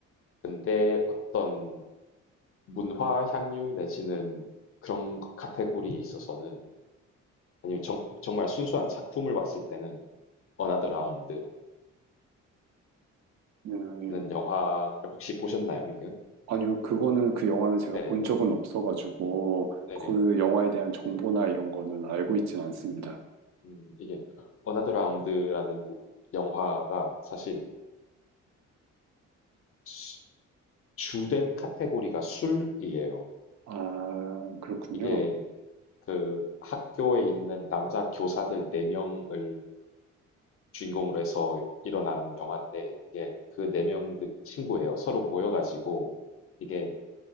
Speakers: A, on the left; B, on the right.
A: 근데 어떤 문화 향유 내지는 그런 카테고리에 있어서는 아니면 정, 정말 순수한 작품을 봤을 때는 어나더 라운드라는
B: 네.
A: 영화를 혹시 보셨나요, 이거?
B: 아니요, 그거는 그 영화는 제가
A: 네네.
B: 본 적은 없어가지고,
A: 음. 네네.
B: 그 영화에 대한 정보나
A: 네.
B: 이런 거는 알고
A: 음.
B: 있진 않습니다.
A: 음, 이게 어나더 라운드라는 무- 영화가 사실 수- 주된 카테고리가 술이에요.
B: 아, 그렇군요.
A: 이게 그 학교에 있는 남자 교사들 4명을 주인공으로 해서 일어나는 영화인데 이게 그 4명 친구예요. 서로 모여가지고 이게